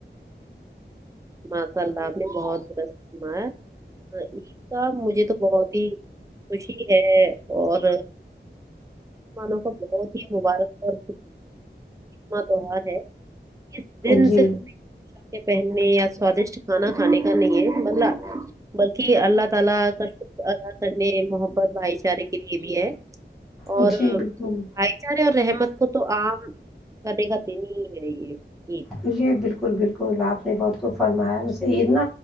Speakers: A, on the right; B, in the centre.
A: بالکل <inaudible> آپ نے بہت درست کرمایا عید کا مجھے تو بہت ہی خوشی ہے اور مانوں کا بہت ہی مبارک اور خوش خورم ہے اس دل
B: جی
A: سے پہننے یا سوادشٹ کھانا کھانے کا نہیں ہے بدلا بلکہ اللہ تعالی کا شکر ادا کرنے محبت بھائی چارے کے لیے بھی ہے اور
B: جی
A: بھائی
B: بالکل
A: چارے اور رحمت کو تو عام کد کتے نہیں ہے یہ یہ
B: یہ بالکل بالکل آپ نے بہت کو فرمایا اسے عید نہ